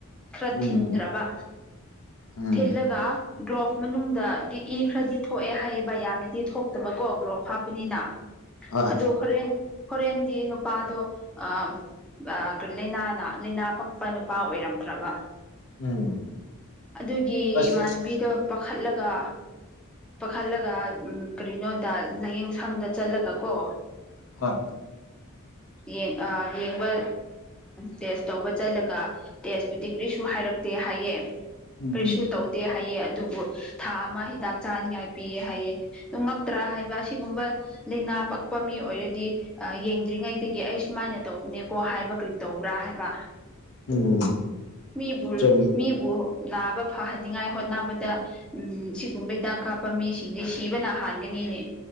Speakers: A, in the centre; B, on the left (about 65°).
A: ꯈꯔ
B: ꯎꯝ
A: ꯊꯤꯟꯈ꯭ꯔꯕ
B: ꯎꯝ
A: ꯊꯤꯜꯂꯒ ꯒ꯭ꯂꯣꯚ ꯃꯅꯨꯡꯗꯗꯤ ꯏ ꯈ꯭ꯔꯗꯤ ꯊꯣꯛꯑꯦ ꯍꯥꯏꯌꯦꯕ ꯌꯥꯝꯅꯗꯤ ꯊꯣꯛꯇꯕꯀꯣ ꯒ꯭ꯂꯣꯚ ꯍꯥꯞꯄꯅꯤꯅ
B: ꯍꯣꯏ
A: ꯑꯗꯨ ꯍꯣꯔꯦꯟ ꯍꯣꯔꯦꯟꯒꯤ ꯅꯨꯄꯥꯗꯣ ꯑꯥ ꯂꯥꯏꯅꯥꯅ ꯂꯥꯏꯅꯥ ꯄꯛꯄ ꯅꯨꯄꯥ ꯑꯣꯏꯔꯝꯕꯔꯥꯕ
B: ꯎꯝ
A: ꯑꯗꯨꯒꯤ
B: ꯑꯁ
A: ꯏꯃꯥꯟꯅꯕꯤꯗꯣ ꯄꯥꯈꯠꯂꯒ ꯄꯥꯈꯠꯂꯒ ꯎ ꯀꯔꯤꯅꯣꯗ ꯂꯥꯏꯌꯦꯡ ꯁꯪꯗ ꯆꯠꯂꯒ ꯀꯣ
B: ꯍꯣꯏ
A: <inaudible> ꯌꯦꯡꯕ ꯇꯦꯁ ꯇꯧꯕ ꯆꯠꯂꯒ ꯇꯦꯁꯄꯨꯗꯤ ꯀꯔꯤꯁꯨ ꯍꯥꯏꯔꯛꯇꯦ ꯍꯥꯏꯌꯦ
B: ꯎꯝ
A: ꯀꯔꯤꯁꯨ ꯇꯧꯗꯦ ꯍꯥꯏꯑꯦ ꯑꯗꯨꯕꯨ ꯊꯥ ꯑꯃ ꯍꯤꯗꯥꯛ ꯆꯥꯅꯤꯡꯉꯥꯏ ꯄꯤꯌꯦ ꯍꯥꯏꯌꯦꯦ ꯉꯛꯇ꯭ꯔꯥ ꯍꯥꯏꯕ ꯑꯁꯤꯒꯨꯝꯕ ꯂꯥꯏꯅꯥ ꯄꯛꯄ ꯃꯤ ꯑꯣꯏꯔꯗꯤ ꯌꯦꯡꯗ꯭ꯔꯤꯉꯩꯗꯒꯤ ꯑꯩ ꯁꯨꯃꯥꯏꯅ ꯇꯧꯕꯅꯦꯀꯣ ꯍꯥꯏꯕ ꯀꯔꯤ ꯇꯧ ꯭ꯔ ꯍꯥꯏꯕ
B: ꯎꯝ
A: ꯃꯤꯕꯨ
B: ꯆꯨꯝ
A: ꯃꯤꯕꯨ ꯅꯥꯕ ꯐꯍꯟꯅꯤꯡꯉꯥꯏ ꯍꯣꯠꯅꯕꯗ ꯎꯝ ꯁꯤꯒꯨꯝꯕ ꯍꯤꯗꯥꯛ ꯀꯥꯞꯄꯝ ꯃꯤ ꯁꯤ ꯁꯤꯗꯤ ꯁꯤꯕ ꯅꯍꯥꯟꯒ ꯃꯤꯅꯦ